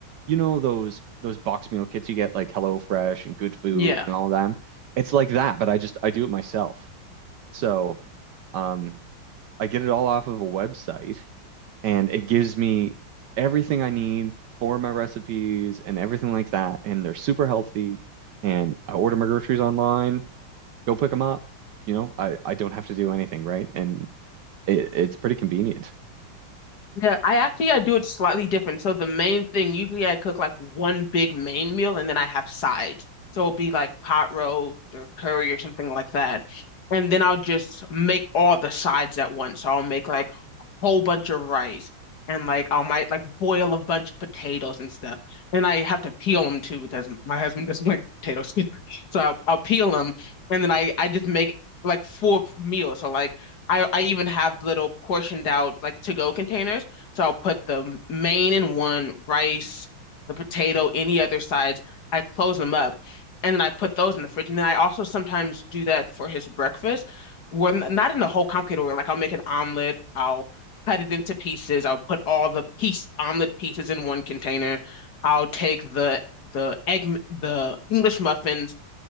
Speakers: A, on the right; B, on the left.
A: you know, those those box meal kits you get like HelloFresh and Good Food
B: Yeah.
A: and all them. It's like that, but I just I do it myself. So, um I get it all off of a website and it gives me everything I need for my recipes and everything like that. And they're super healthy. And I order my groceries online, go pick them up. You know, I, I don't have to do anything, right? And it, it's pretty convenient.
B: Yeah, I actually I do it slightly different. So the main thing, usually I cook like one big main meal and then I have sides. So it'll be like pot roast or curry or something like that. And then I'll just make all the sides at once. So I'll make like whole bunch of rice and like I might like boil a bunch of potatoes and stuff. And I have to peel them too because my husband doesn't like potatoes. <laughs> So I'll, I'll peel them and then I I just make like four meals. So like I I even have little portioned out like to go containers. So I'll put the main in one, rice, the potato, any other sides. I close them up and then I put those in the fridge. And then I also sometimes do that for his breakfast. When not in the whole complicated order, like I'll make an omelet, I'll cut it into pieces. I'll put all the piece omelet pieces in one container. I'll take the the egg the English muffins,